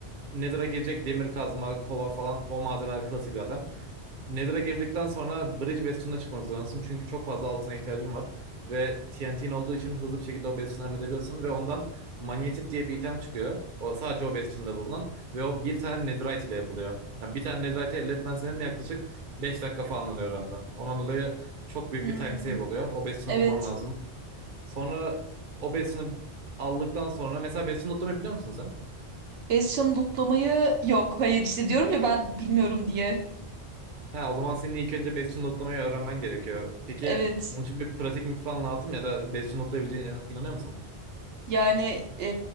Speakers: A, on the right; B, on the right.
A: Nether'a girecek demir kazma, kova falan o malzemeler klasik zaten. Nether'a girdikten sonra Bridge Bastion'ına çıkmak zorundasın. Çünkü çok fazla altına ihtiyacın var. Ve TNT'in olduğu için hızlı bir şekilde o Bastion'u halledebiliyorsun. Ve ondan Magnetit diye bir item çıkıyor. O, sadece o Bastion'da bulunan. Ve o bir tane Netherite ile yapılıyor. Yani bir tane Netherite'i elde etmen senin yaklaşık 5 dakika falan alıyor oranda. Ondan dolayı çok büyük
B: Hmm,
A: bir time save oluyor. O Bastion'u
B: evet.
A: bulman lazım. Sonra o Bastion'u aldıktan sonra... Mesela Bastion'u lootlamayı biliyor musun sen?
B: Bastion lootlamayı yok. Hayır işte diyorum ya ben bilmiyorum diye.
A: Ha, o zaman senin ilk önce Bastion notlamayı öğrenmen gerekiyor. Peki
B: Evet.
A: bunun için bir pratik mi falan lazım ya da Bastion notlayabileceğine inan- inanıyor musun?
B: Yani e,